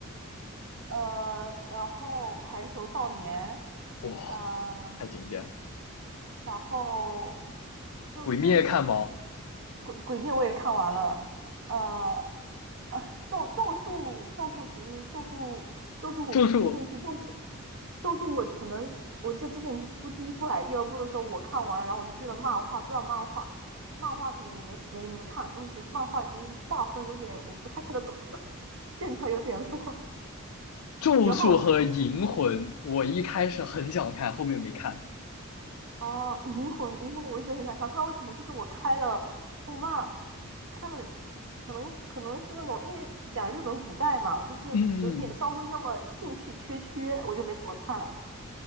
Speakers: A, on the right (about 65°); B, on the left (about 85°).
A: 呃，然后排球少年，
B: 哇，
A: 呃，
B: 太经典了
A: 然后就最
B: 鬼灭看吗？
A: 鬼鬼灭我也看完了，呃，呃咒咒术咒术其实咒术咒术我不确定，
B: 就是我
A: 其实咒术咒术我可能我记得之前出第一部还是第二部的时候我看完了，然后我就追了漫画，追了漫画。漫画可能也没没没看，因为我觉得漫画就是画风有点我不太看得懂，<laughs> 线条有点弱。
B: 咒术和银魂，
A: 然后
B: 我一开始很想看，后面没看。
A: 哦，《银魂，银魂我一直很想看，不知道为什么，就是我开了动漫，看了，可能可能是那种因为讲日本古代嘛，就是有点稍微那么兴趣缺缺，
B: 嗯，嗯嗯
A: 我就没怎么看。